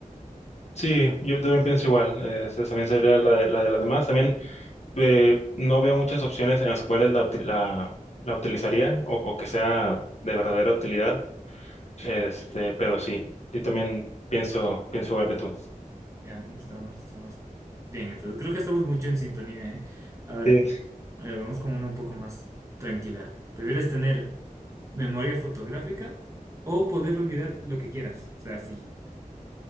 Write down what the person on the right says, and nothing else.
Ya no estamos, estamos bien, entonces creo que estamos mucho en sintonía, ¿eh? A ver,
eh, vamos con una un poco más tranquila. ¿Prefieres tener memoria fotográfica o poder olvidar lo que quieras? O sea, sí,